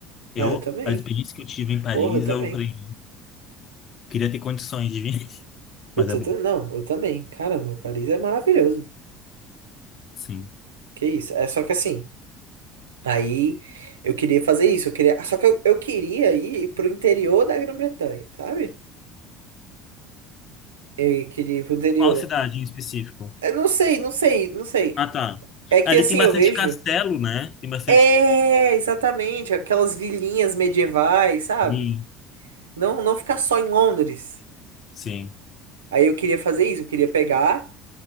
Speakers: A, on the left; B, on the right.
A: Eu,
B: Ah, eu também.
A: a experiência que eu tive em Paris,
B: Porra, eu também.
A: eu falei, queria ter condições de vir, <laughs>
B: Puta,
A: mas é bom.
B: eu tam- não, eu também. Caramba, Paris é maravilhoso.
A: Sim.
B: Que isso? É só que assim, aí eu queria fazer isso, eu queria. Só que eu, eu queria ir pro interior da Grã-Bretanha, sabe? Eu queria ir pro interior.
A: Qual cidade em específico?
B: Eu não sei, não sei, não sei.
A: Ah, tá.
B: É que
A: Ali
B: assim,
A: tem bastante
B: eu vejo.
A: castelo, né? Tem bastante.
B: É, exatamente, aquelas vilinhas medievais, sabe?
A: Sim,
B: Não, não ficar só em Londres.
A: sim,
B: Aí eu queria fazer isso, eu queria pegar,